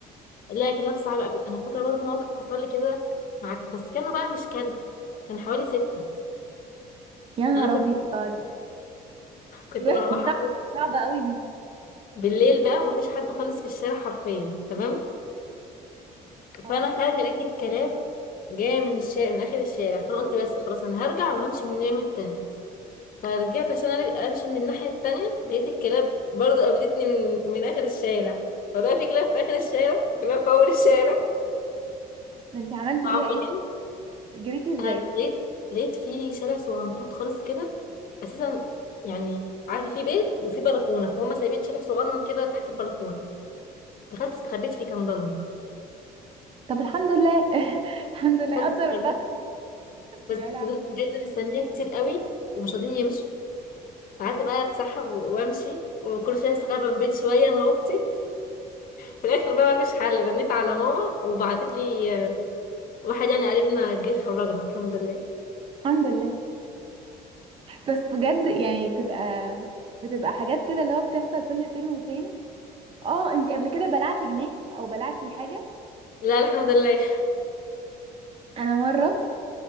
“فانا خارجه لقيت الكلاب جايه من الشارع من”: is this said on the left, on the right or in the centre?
Left